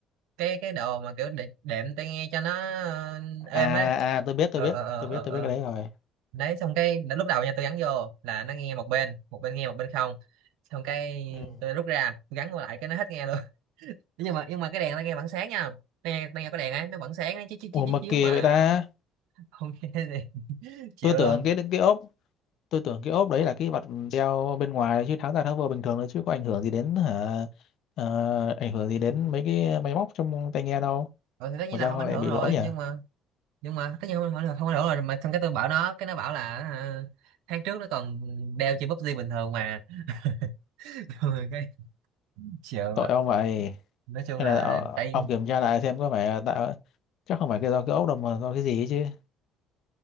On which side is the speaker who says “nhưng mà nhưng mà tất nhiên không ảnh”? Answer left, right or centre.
Right